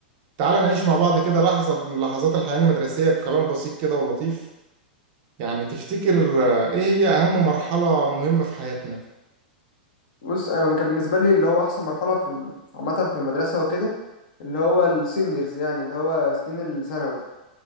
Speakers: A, on the right (about 45°); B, on the left (about 60°).
A: تعال نعيش مع بعض كده لحظة من لحظات الحياة المدرسية بكلام بسيط كده ولطيف يعني تفتكر آه، إيه هي أهم مرحلة مهمة في حياتنا؟
B: بص انا كان بالنسبه لي اللي هو احسن مرحله في الم- عامه في المدرسه وكده اللي هو السينيورز يعني اللي هو سنين الثانوي